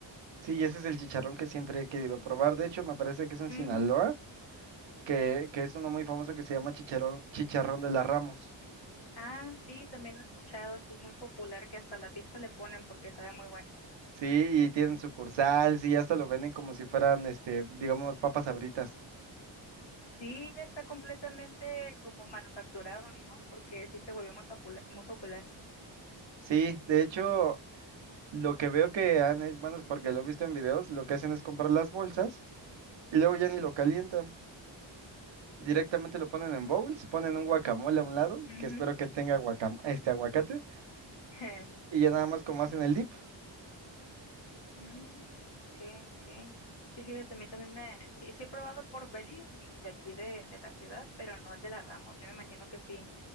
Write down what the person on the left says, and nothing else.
Ujú.
Ah, sí, también lo he escuchado, sí, muy popular, que hasta la pizza le ponen porque sabe muy bueno.
Sí, ya está completamente como manufacturado, ¿no? Porque sí se volvió muy popular, muy popular.
Ujú.
<laughs>
Mm, ok, ok. Sí, fíjate, a mí también me... Sí, sí he probado el pork belly mm, de aquí de, de la ciudad, pero no el de la Ramos. Yo me imagino que sí,